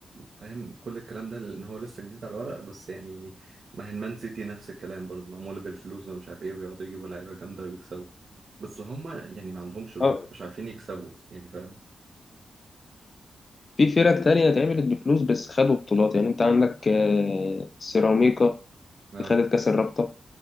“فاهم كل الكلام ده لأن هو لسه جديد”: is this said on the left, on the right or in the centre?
Right